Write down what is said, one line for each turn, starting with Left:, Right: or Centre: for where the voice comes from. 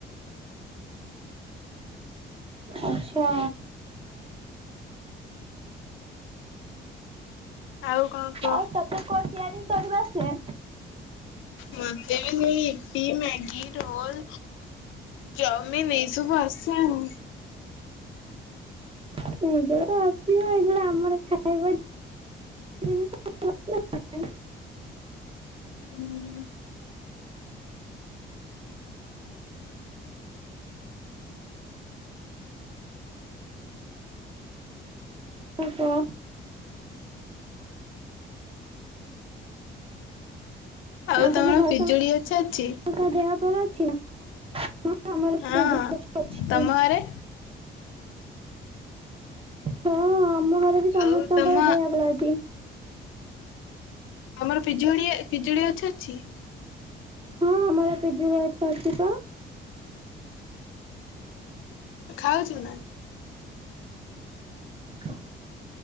Right: ଆଚ୍ଛା।
Left: ଆଉ କଣ କହ?
Right: ଆଉ ତତେ କଣ ତିଆରି କରିବା ଆସେ?
Left: ମତେ <unintelligible> ଇପି, ମ୍ୟାଗି, ରୋଲ୍, ଚାଉମିନ୍ ଏଇସବୁ ଆସେ ଆଉ।
Right: ଏଇଗୁଡା ତ ଅଛି ଏଇଗୁଡା ଆମର ଖାଇବା ଜିନିଷ <unintelligible>
Left: ହୁଁ।
Right: ଓହୋ।
Left: ଆଉ ତମର
Right: ତମ ଘରେ
Left: ପିଜୁଳି ଗଛ ଅଛି?
Right: <unintelligible> ଦେହ <unintelligible> ଅଛି ନା? ହଁ ଆମର
Left: ହଁ,
Right: ପିଜୁଳି ଗଛ ଅଛି।
Left: ତମ ଘରେ?
Right: ହଁ ଆମ ଘରେ ବି ସମସ୍ତଙ୍କର
Left: ଆଉ ତମ
Right: ଦେହ ଭଲ ଅଛି।
Left: ତମର ପିଜୁଳି-ପିଜୁଳି ଅଛି ଅଛି?
Right: ହଁ ଆମର ପିଜୁଳି ଗଛ ଅଛି ତ।
Left: ଖାଉଚୁ ନା?
Right: ହଁ <unintelligible>